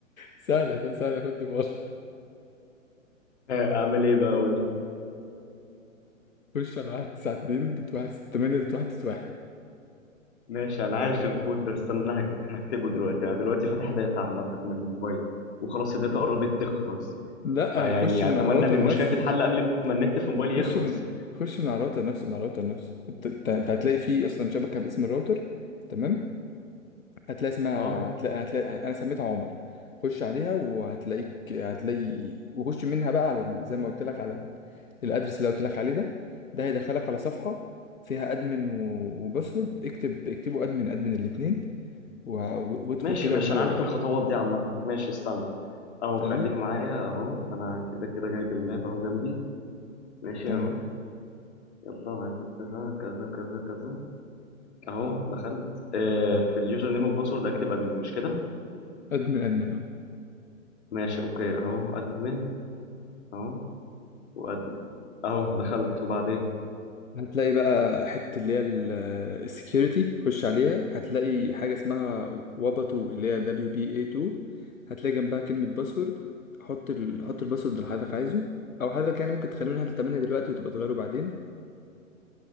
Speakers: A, on the left; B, on the left.
A: سهلة سهلة يا فندم والله
B: آه، اعمل ايه بقى قول لي
A: خش على واحد تسعة اتنين دوت واحد ستة تمانية دوت واحد تسعة واحد
B: ماشي انا عارف الكود ده استنى هك- هكتبه دلوقتي انا دلوقتي فاتح داتا عامة من الموبايل وخلاص الداتا قربت تخلص
A: لا
B: فيعني
A: خش من
B: اتمنى
A: على الراوتر
B: ان المشكلة
A: نفسه
B: تتحل قبل ما النت في موبايلي
A: خش
B: يخلص
A: من خش من على الراوتر نفسه من على الراوتر نفسه انت انت- انت هتلاقي فيه اصلا شبكة باسم الراوتر تمام هتلاقي اسمها
B: اه
A: هتلاقي هتلاقي انا سميتها عمر خش عليها وهتلاقيك هتلاقي وخش منها بقى على ال- زي ما قلت لك على ال- الادرس اللي قلت لك عليه ده ده هيدخلك على صفحه فيها ادمن و- وباسورد اكتب اكتبوا ادمن ادمن الاثنين وادخل
B: ماشي
A: كده
B: ماشي
A: وقول لي
B: انا
A: ورا-
B: عارف الخطوات دي عامة ماشي استنى اهو
A: تمام
B: خليك معايا اهو انا كده كده جايب اللاب اهو جنبي ماشي
A: تمام
B: اهو يلا مم. واحد كذا كذا كذا كذا اهو دخلت آه في اليوزر نيم والباسورد اكتب ادمن مش كده
A: ادمن ادمن اه
B: ماشي اوكي اهو ادمن اهو وادمن اهو دخلت وبعدين
A: هتلاقي بقى حتة اللي هي السكيورتي خش عليها هتلاقي حاجة اسمها واباتو اللي هي دبليو بي اي 2 هتلاقي جنبها كلمة باسورد حط ال... حط الباسورد اللي حضرتك عايزه او حضرتك يعني ممكن تخليه من 1 ل 8 دلوقتي وتبقى تغيره بعدين